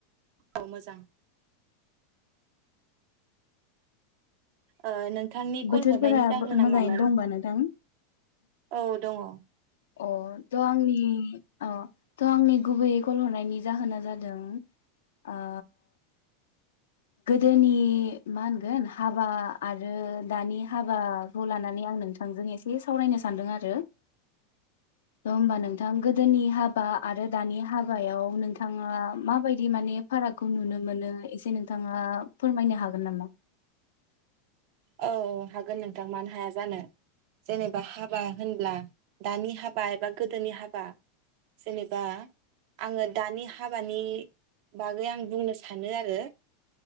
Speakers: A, on the right (about 55°); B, on the left (about 80°).
A: औ मोजां। ओ नों नोंथांनि कल
B: बोथोरफोरा
A: हरनायनि जाहोन ना
B: मोजाङैनो
A: मामोन
B: दंबा नोंथां?
A: औ दङ।
B: अ थ' आंनि अ थ' आंनि गुबैयै कल हरनायनि जाहोना जादों ओ गोदोनि मा होनगोन हाबा आरो दानि हाबाखौ लानानै आं नोंथांजों एसे सावरायनो सानदों आरो। <inaudible> <unintelligible> नोंथां गोदोनि हाबा आरो दानि हाबायाव नोंथाङा माबायदि माने फारागखौ नुनो मोनो एसे नों नोंथाङा फोरमायनो हागोन नामा?
A: औ औ हागोन नोंथां मानो हाया जानो जेनेबा हाबा होनब्ला दानि हाबा एबा गोदोनि हाबा जेनेबा आङो दानि हाबानि बागै आं बुंनो सानो आरो